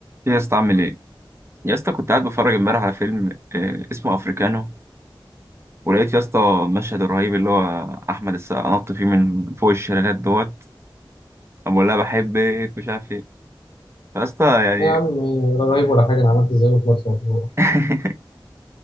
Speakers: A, on the right; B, on the left.
A: يا اسطى عامل ايه؟ يا اسطى كنت قاعد بتفرج امبارح على فيلم آه، اسمه افريكانو ولقيت يا اسطى المشهد الرهيب اللي هو احمد السقا نط فيه من فوق الشلالات دوت أما بقول لها بحبك مش عارف ايه فيا اسطى يعني
B: يا عم ولا رهيب ولا حاجة أنا عملت زيه في مرسى مطروح
A: <laughs>